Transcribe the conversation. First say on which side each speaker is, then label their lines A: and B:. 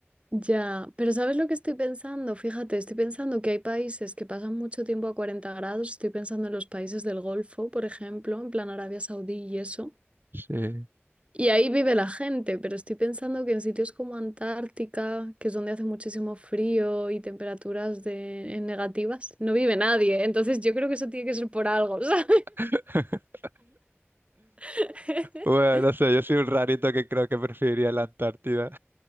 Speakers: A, on the right; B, on the right.
A: ya. Pero ¿sabes lo que estoy pensando? Fíjate, estoy pensando que hay países que pasan mucho tiempo a 40 grados. Estoy pensando en los países del Golfo, por ejemplo, en plan Arabia Saudí y eso.
B: Sí.
A: Y ahí vive la gente, pero estoy pensando que en sitios como Antártica, que es donde hace muchísimo frío y temperaturas de, en negativas, no vive nadie. Entonces yo creo que eso tiene que ser por algo, ¿sabes?
B: <laughs>
A: <laughs>
B: Bueno, no sé, yo soy un rarito que creo que preferiría la Antártida.